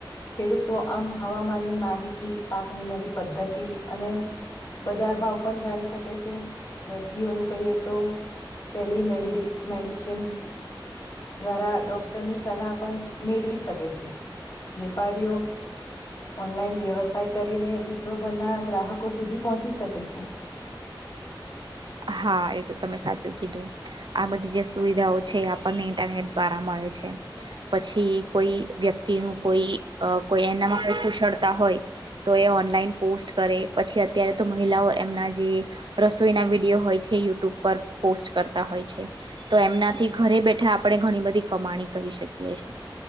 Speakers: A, on the left; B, on the right.
A: ખેડૂતો આમ હવામાનની માહિતી પાકની નવી પદ્ધતિ અને બજાર ભાવ પણ જાણી શકે છે દર્દીઓનું કહીએ તો ટેલીમે મેડિશન દ્વારા ડોક્ટરની સલાહ પણ મેળવી શકે છે વેપારીઓ ઓનલાઈન વ્યવસાય કરીને વિશ્વભરના ગ્રાહકો સુધી પહોંચી શકે છે
B: હા એ તો તમે સાચું કીધું આ બધી જે સુવિધાઓ છે આપણને ઇન્ટરનેટ દ્વારા મળે છે પછી કોઈ વ્યક્તિ ન કોઈ કોઈ એનામાં કોઈ કુશળ તા હોય તો એ ઓનલાઈન પોસ્ટ કરે પછી અત્યારે તો મહિલાઓ એમના જે રસોઈના વિ વિડીયો હોય યુટ્યુબ પર પો કરતા હોય છે તો એમનાથી ઘરે બેઠા આપણે ઘણી બધી કમાણી કરી શકીએ છે